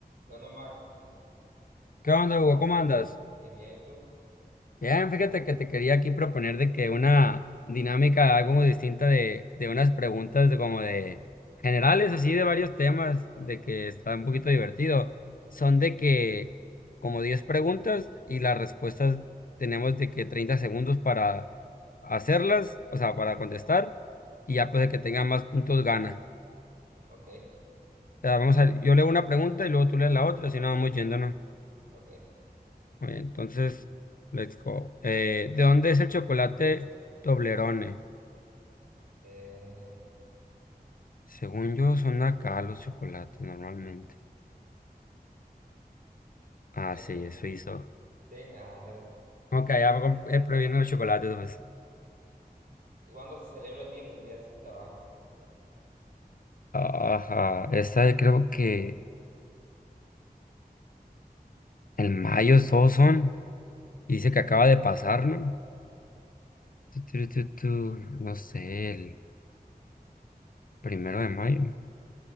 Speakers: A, on the right; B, on the left.
A: No, no más.
B: ¿Qué onda, Hugo? ¿Cómo andas?
A: Bien, bien, ¿y tú?
B: Bien, fíjate que te quería aquí proponer de que una dinámica algo distinta de, de unas preguntas de como de generales, así de varios temas, de que está un poquito divertido. Son de que como 10 preguntas y las respuestas tenemos de que 30 segundos para hacerlas, o sea, para contestar, y ya pues el que tenga más puntos gana.
A: Ok,
B: O sea, vamos a, yo leo una pregunta y luego tú lees la otra, así no vamos yéndonos.
A: ok.
B: Muy bien, entonces, let's go. Eh, ¿de dónde es el chocolate Toblerone?
A: Eh,
B: Según yo, son de acá los chocolates normalmente. Ah,
A: ya
B: sí,
A: te-
B: es suizo.
A: sí, ándale.
B: Ok, ya com- eh, prohibiendo los chocolates, pues.
A: ¿Cuándo se celebra el Día Mundial sin Tabaco?
B: Ajá, esta creo que el mayo todos son. Y Dice que acaba de pasar, ¿no? Tu, tu, tu, tu, No sé, el primero de mayo.